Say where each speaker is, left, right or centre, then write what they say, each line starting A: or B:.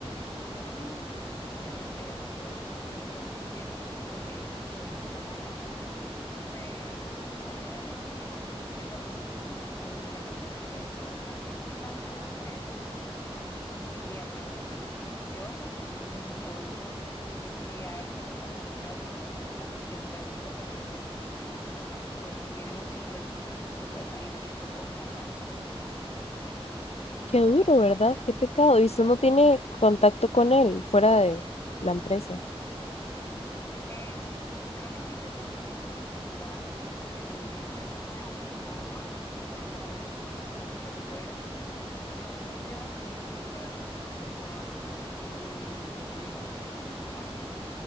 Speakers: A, on the left (about 25°); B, on the left (about 90°).
A: Pues yo lo vi muy bien realmente en esos tres meses, solo eso último que ahí como que metió la pata y tal vez se topó con pared ahí, porque sí que topó con, con una persona que es bastante importante en la empresa y aparte bastante quisquillosa. Entonces, si a esta persona algo no le gusta, que literalmente puede ser cualquier cosita, pues tiene mucha influencia. Entonces ahí sí topó con pared.
B: qué duro, ¿verdad? Qué pecado. Y usted no tiene contacto con él fuera de la empresa.
A: Em, creo que sí teníamos mucha complicidad de ser los nuevos, nada más sí me dolió mucho, mucho que se fuera. Mucha lástima también de verlo tan acongojado y de imaginarme en sus zapatos.